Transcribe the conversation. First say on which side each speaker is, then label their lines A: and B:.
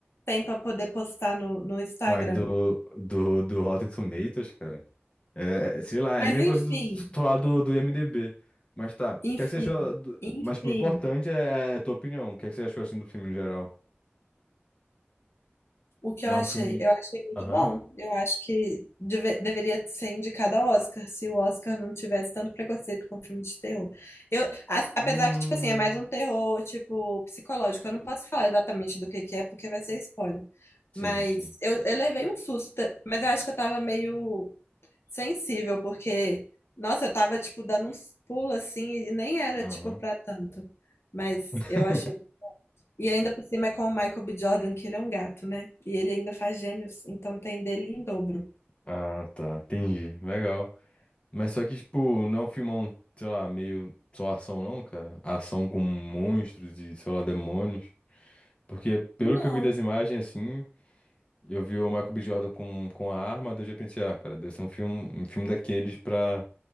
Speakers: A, on the left (about 80°); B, on the left (about 30°).
A: tem para poder postar no, no Instagram.
B: mais do, do, do Rotten Tomatoes, cara. É, é, sei lá,
A: Mas
B: é a mesma
A: enfim,
B: coisa do, do, lá do do IMDb. Mas tá,
A: enfim,
B: o que é que você achou? do-
A: enfim.
B: Mas, tipo, o importante é, é a tua opinião. O que é que você achou, assim, do filme em geral?
A: O que
B: Não,
A: eu achei?
B: é um filme...
A: Eu achei muito
B: Aham.
A: bom. Eu acho que deve- deveria ser indicado ao Oscar, se o Oscar não tivesse tanto preconceito com filme de terror. Eu, a-
B: Hum...
A: apesar que, tipo assim, é mais um terror, tipo, psicológico. Eu não posso falar exatamente do que que é, porque vai ser spoiler.
B: Sim,
A: Mas
B: sim.
A: eu, eu levei um susto, mas eu acho que eu tava meio sensível, porque, nossa, eu tava, tipo, dando uns pulos, assim, e nem era,
B: Aham.
A: tipo, pra tanto. Mas
B: <laughs>
A: eu achei e ainda por cima é com o Michael B. Jordan, que ele é um gato, né? E ele ainda faz gêmeos, então tem dele em dobro.
B: Ah, tá, entendi. Legal. Mas só que, tipo, não é um filmão, sei lá, meio só ação não, cara. Ação com monstros e, sei lá, demônios. Porque pelo
A: Não.
B: que eu vi das imagens, assim, eu vi o Michael B. Jordan com, com a arma, daí eu já pensei, ah, cara, deve ser um filme, um filme daqueles pra,